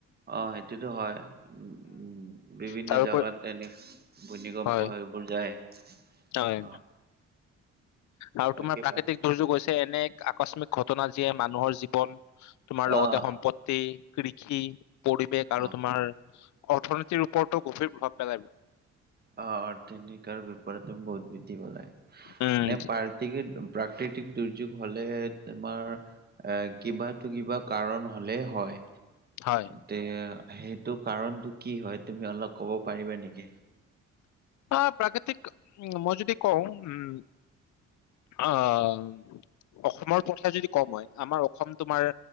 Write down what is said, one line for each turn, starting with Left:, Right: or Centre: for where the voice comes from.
Right: অ', সেইটোতো হয়, উম। বিভিন্ন
Left: তাৰোপৰি
Right: জেগাত <unintelligible> এনে ভূমিকম্প
Left: হয়
Right: সেইবোৰ যায়।
Left: হয়।
Right: অ
Left: আৰু
Right: তাকে
Left: তোমাৰ প্ৰাকৃতিক
Right: পাই
Left: দুৰ্যোগ হৈছে এনে আকস্মিক ঘটনা যিয়ে মানুহৰ জীৱন তোমাৰ লগতে
Right: অ
Left: সম্পত্তি কৃষি পৰিৱেশ আৰু
Right: অ
Left: তোমাৰ অৰ্থনীতিৰ ওপৰতো গভীৰ প্ৰভাৱ পেলায়।
Right: অ', <unintelligible> ৰ বিপৰতো বহুত বিদ্ধি পেলায়,
Left: উম
Right: এনে পাৰ গতিকে প্ৰাকৃতিক দুৰ্যোগ হ'লেহে তোমাৰ এ, কিবা, কিবা কাৰণ হ'লে হয়।
Left: হয়
Right: তে সেইটো কাৰণটো কি হয়, তুমি অলপ ক'ব পাৰিবা নেকি?
Left: অ', প্ৰাকৃতিক উম, মই যদি কওঁ উম, অ' অসমৰ প্ৰথা যদি কওঁ মই, আমাৰ অসম তোমাৰ